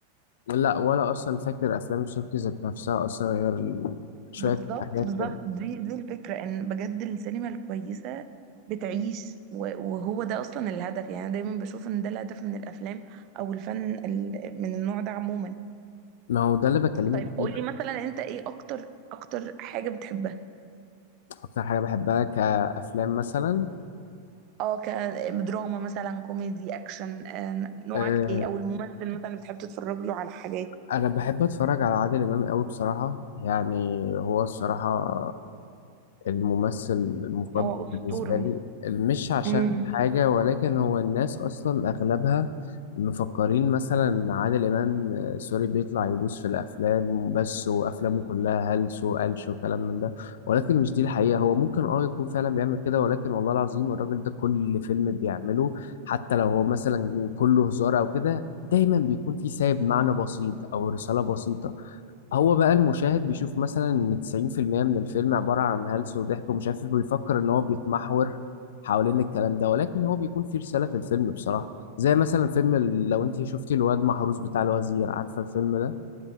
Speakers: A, on the left; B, on the right.
A: لا ولا اصلا فاكر افلام شوكي ذات نفسها اصلا غير ال- شويه
B: بالظبط
A: حاجات
B: بالظبط
A: كده
B: دي دي الفكرة ان بجد السينما الكويسة بتعيش و- وهو ده اصلا الهدف يعني انا دايما بشوف ان ده الهدف من الافلام او الفن ال- من النوع ده عموما
A: ما هو ده اللي بكلمك
B: طيب
A: فيه
B: قولي مثلا انت ايه اكتر اكتر حاجة بتحبها
A: اكتر حاجه بحبها كافلام مثلا
B: اه كدراما مثلا كوميدي اكشن آه، نوعك
A: أه
B: ايه او الممثل مثلا اللي بتحب تتفرج له على حاجات
A: انا بحب اتفرج على عادل امام قوي بصراحه يعني هو الصراحه الممثل المفضل
B: هو
A: بالنسبة
B: اسطورة
A: لي مش عشان
B: امم
A: حاجة ولكن هو الناس أصلا أغلبها مفكرين مثلا عادل إمام آه، سوري بيطلع يبوس في الأفلام بس وأفلامه كلها هلس وقلش وكلام من ده ولكن مش دي الحقيقة هو ممكن اه يكون فعلا بيعمل كده ولكن والله العظيم الراجل ده كل فيلم بيعمله حتى لو هو مثلا كله هزار أو كده دايما بيكون فيه سايب معنى بسيط أو رسالة بسيطة هو بقى المشاهد بيشوف مثلا ان 90% من الفيلم عبارة عن هلس وضحك ومش عارف ايه بيفكر ان هو بيتمحور حوالين الكلام ده ولكن هو بيكون فيه رسالة في الفيلم بصراحة زي مثلا فيلم ال- لو انت شفتي الواد محروس بتاع الوزير عارفة الفيلم ده